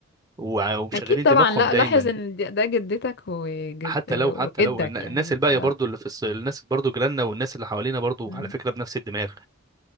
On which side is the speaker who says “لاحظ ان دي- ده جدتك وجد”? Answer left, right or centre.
Left